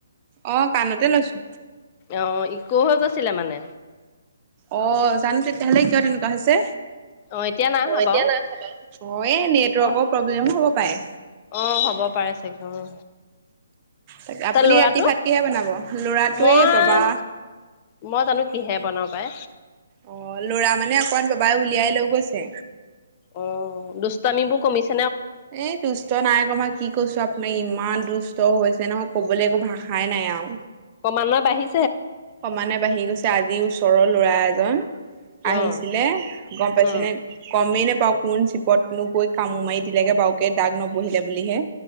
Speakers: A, on the right (about 30°); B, on the left (about 30°).
A: অ কাণতে লৈছো,
B: অ ইকো হৈ গৈছিলে মানে
A: অ জানো তেতিয়াহলে কিয় তেনেকুৱা হৈছে
B: অ এতিয়া নাই
A: অ
B: হোৱা
A: এতিয়া
B: বাৰু
A: নাই অ এই নেটৱৰ্কৰ
B: অ
A: প্ৰব্লেমো হ'ব পাৰে।
B: অ হ'ব পাৰে চাগে অ।
A: তাক আপুনি
B: তাৰ ল'ৰাটো
A: ৰাতি ভাত কিহে বনাব লৰাটোৱে
B: মই
A: ববা
B: মই জানো কিহে বনাও পাই
A: অ লৰা মানে অকমান বাবাই উলিয়াই লৈ গৈছে।
B: অঁ দুষ্টামিবোৰ কমিছ-
A: এ দুষ্ট নাই কমা, কি কৈছো আপ মানে ইমান দুষ্ট হৈছে নহয় কবলৈ একো ভাষাই নাই আও
B: অকমানৰ বাঢি
A: সমানে বাঢ়ি গৈছে আজি ওচৰৰ ল'ৰা এজন
B: উম
A: আহিছিলে গম পাইছে
B: উম
A: নে গমেই নে পাওঁক কোন চিপত নো গৈ কামুৰ মাৰি দিলেগে বাউকে দাগ নবহিলে বুলিহে।